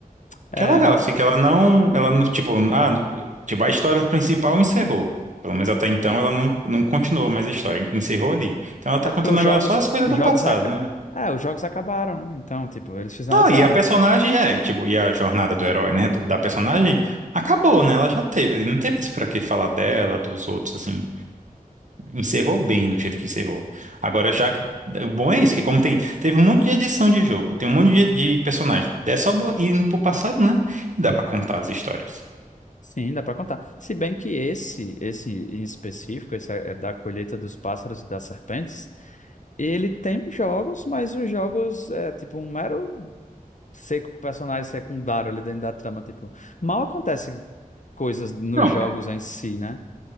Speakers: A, on the left (about 60°); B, on the right (about 55°).
A: É,
B: Que é legal,
A: não...
B: assim, que ela não, ela não, tipo, ah, no- tipo, a história principal encerrou. Pelo menos até então ela não, não continuou mais a história, encerrou ali. Então ela tá
A: é
B: contando
A: porque os
B: agora
A: jogos.
B: só as coisas
A: Os
B: do
A: jogos
B: passado,
A: aca...
B: né?
A: É, os jogos acabaram, né? Então, tipo, eles finalizaram.
B: Não, e a personagem, é, tipo, e a jornada do herói, né, do- da personagem, acabou, né? Ela já teve ele não tem mais pra que falar dela, dos outros, assim. Encerrou bem do jeito que encerrou. Agora, já que. O bom é isso, que como tem. Teve um monte de edição de jogo, tem um monte de, de personagem. É só bo- ir no- pro passado, né? E dá pra contar as histórias.
A: Sim, dá pra contar. Se bem que esse, esse em específico, esse é da colheita dos pássaros e das serpentes, ele tem jogos, mas os jogos é tipo um mero seco personagem secundário ali dentro da trama, tipo. Mal acontece coisas nos
B: Não
A: jogos em si, né?